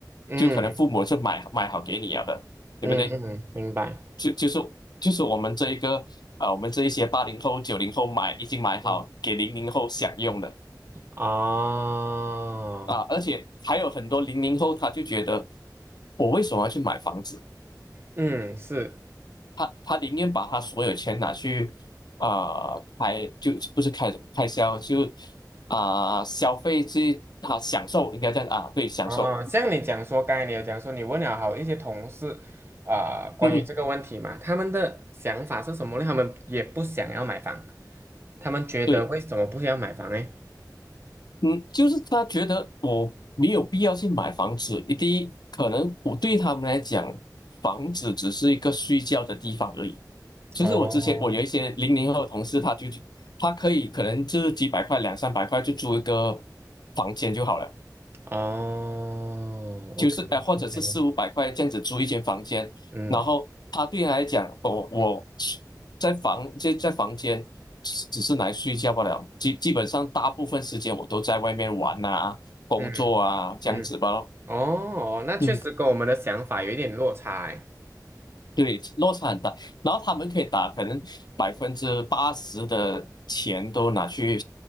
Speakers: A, on the right (about 35°); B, on the left (about 70°).
A: 嗯
B: 就可能父母是买买好给你了的，对不对？
A: 嗯嗯，明白，
B: 就就是就是我们这一个啊、呃我们这一些八零后、九零后买已经买好给零零后享用的
A: 嗯啊，
B: 啊，而且还有很多零零后他就觉得我为什么要去买房子？
A: 嗯是。
B: 他他宁愿把他所有钱拿去啊、呃开，就不是开开销，就啊、消费去啊享受，应该这样啊，对，享受，
A: 哦，像你讲说，刚才你有讲说，你问了好一些同事，啊、关于这个问题嘛，
B: 嗯哼，
A: 他们的想法是什么呢？他们也不想要买房，他们觉得为什么不想要买房呢？
B: 对，嗯，就是他觉得我没有必要去买房子，第一，可能我对他们来讲，房子只是一个睡觉的地方而已。其实我之前我有一些零零后的同事，
A: 哦，
B: 他就他可以可能就是几百块、两三百块就租一个房间就好了。
A: 哦，OK，OK，
B: 就是呃，或者是四五百块这样子租一间房间，
A: 嗯
B: 然后他对他来讲，我我在房在在房间只只是来睡觉罢了，基基本上大部分时间我都在外面玩啊、工作啊这样子吧咯
A: 嗯嗯，哦，那确实跟我们的想法有一点落差欸
B: 嗯对，落差很大。然后他们可以打，可能百分之八十的钱都拿去